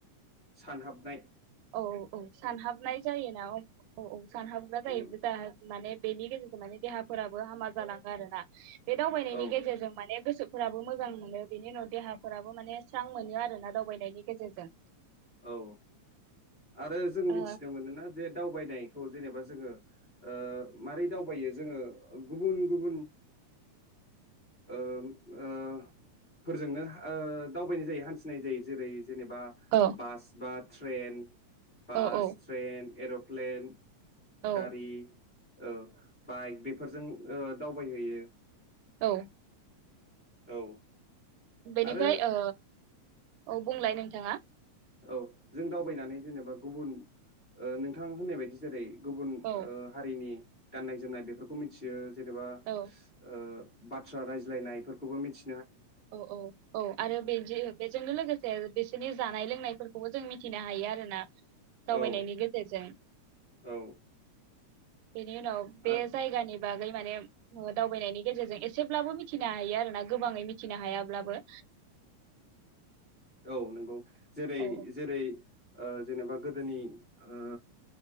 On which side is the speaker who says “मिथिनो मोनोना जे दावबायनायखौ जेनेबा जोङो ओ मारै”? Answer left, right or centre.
Left